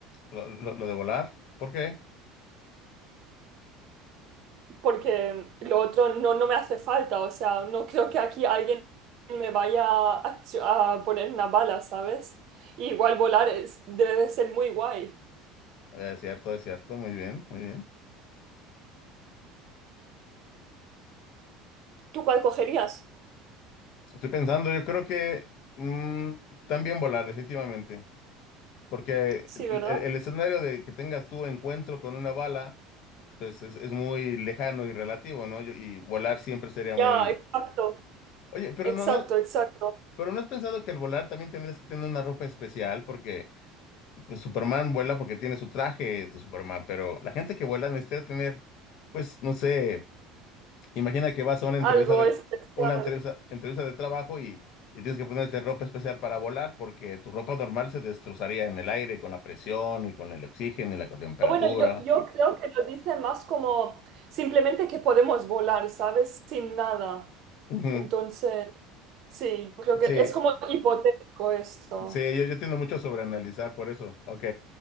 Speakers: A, on the left (about 65°); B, on the right (about 60°).
A: Lo, lo- lo de volar, ¿por qué?
B: porque lo otro no, no me hace falta, o sea, no creo que aquí alguien me vaya a, ch- a poner una bala, ¿sabes? Y igual volar es- debe de ser muy guay.
A: Es cierto, es cierto, muy bien, muy bien.
B: ¿Tú cuál cogerías?
A: Estoy pensando, yo creo que mm, también volar, definitivamente, porque
B: Sí,
A: el,
B: ¿verdad?
A: el- el escenario de que tengas tu encuentro con una bala, pues es, es muy lejano y relativo, ¿no? Yo- y volar siempre sería muy...
B: Ya, exacto,
A: Oye, pero
B: exacto,
A: no, no,
B: exacto.
A: pero ¿no has pensado que al volar también tendrías que tener una ropa especial? Porque pues, Superman vuela porque tiene su traje de Superman, pero la gente que vuela necesita tener, pues, no sé Imagina que vas a una entrevista
B: Algo
A: de
B: especial.
A: una entrevista, entrevista de trabajo y, y tienes que ponerte ropa especial para volar porque tu ropa normal se destrozaría en el aire con la presión y con el oxígeno y la temperatura.
B: O bueno, yo, yo creo que lo dice más como simplemente que podemos volar, ¿sabes? Sin nada.
A: Ujú.
B: Entonces... Sí, yo creo que
A: Sí,
B: es como hipotético esto.
A: sí, yo, yo tiendo mucho a sobreanalizar por eso. Ok,